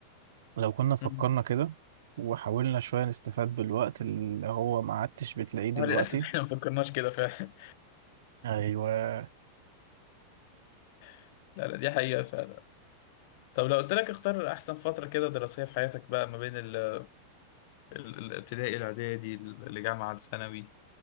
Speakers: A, on the right; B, on the left.
A: لو كنا فكرنا
B: مم.
A: كده وحاولنا شوية نستفاد بالوقت اللي هو ما عدتش بتلاقيه دلوقتي
B: آه للاسف احنا ما فكرناش كده فعلا
A: ايوه
B: <laughs> لا لا دي حقيقه فعلا طب لو قلت لك اختار احسن فتره كده دراسيه في حياتك بقى ما بين ال- ال- الابتدائي الاعدادي الجامعه الثانوي